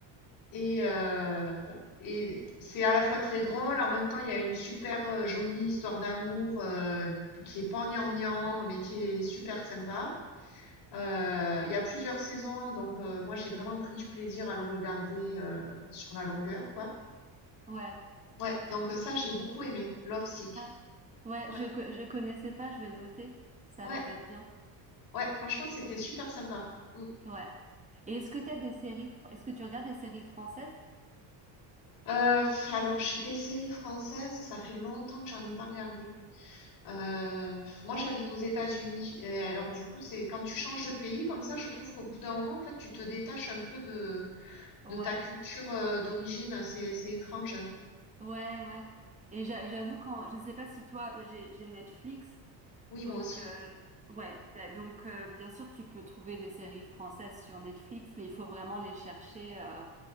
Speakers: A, on the left; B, on the right.
A: et heu et c'est à la fois très drôle, en même temps, il y a une super, heu, jolie histoire d'amour, heu, qui est pas gnangnan, mais qui est super sympa. Heu, il y a plusieurs saisons, donc heu, moi, j'ai vraiment pris du plaisir à le regarder, heu, sur la longueur, quoi.
B: Ouais.
A: Ouais, donc heu, ça, j'ai beaucoup aimé, Lovesick.
B: Ah. Ouais,
A: Ouais.
B: je, co- je connaissais pas, je vais noter. Ça
A: Ouais,
B: a l'air d'être bien.
A: ouais, franchement, c'était super sympa. Mm.
B: Ouais. Et est-ce que t'as des séries, fr- est-ce que tu regardes des séries françaises?
A: Euh, pff, alors, j'ai des séries françaises, ça fait longtemps que j'en ai pas regardé. Euh, pff,
B: Ouais.
A: moi, j'habite aux États-Unis. Et alors, du coup, c'est quand tu changes de pays comme ça, je trouve qu'au bout d'un moment, en fait, tu te détaches un peu de,
B: Ouais.
A: de ta culture euh, d'origine. C'est, c'est étrange.
B: Ouais, ouais. Et j'a- j'avoue quand, je sais pas si toi, moi, j'ai j'ai Netflix,
A: Oui,
B: donc
A: moi aussi.
B: euh, ouais, t'as- donc euh, bien sûr tu peux trouver des séries françaises sur Netflix, mais il faut vraiment les chercher, euh,